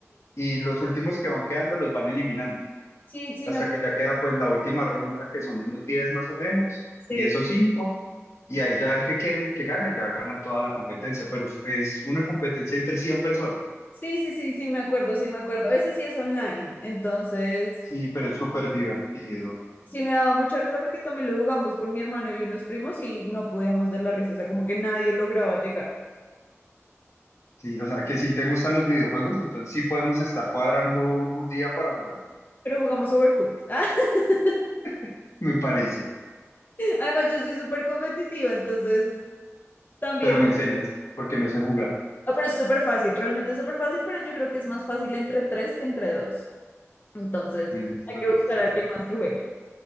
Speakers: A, on the left; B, on the left.
A: y los últimos que van quedando los van eliminando,
B: sí, sí, sí,
A: hasta
B: me acuerdo.
A: que ya queda pues la última ronda, que son unos 10 más o menos,
B: Sí,
A: 10 o cinco y ahí ya el que, quede, el que gane ya gana toda la competencia, pero es una competencia entre cien personas,
B: sí, sí, sí, sí, me acuerdo, sí, me acuerdo. Ese sí es online, entonces
A: sí, pero es súper divertido,
B: sí me daba mucha risa porque también lo jugamos con mi hermano y unos primos y no podíamos dar la risa, o sea, como que nadie lograba llegar,
A: sí, o sea que si te gustan los videojuegos, entonces sí podemos estar cuadrando un día para jugar,
B: pero jugamos Overcooked. <laughs>
A: <laughs> me parece,
B: Además, yo soy súper competitiva, entonces también.
A: pero me enseñas, porque no sé jugar,
B: Ah, pero es súper fácil, realmente es súper fácil, pero yo creo que es más fácil entre tres que entre dos. Entonces,
A: listo,
B: hay que
A: entonces,
B: buscar a alguien más que juegue.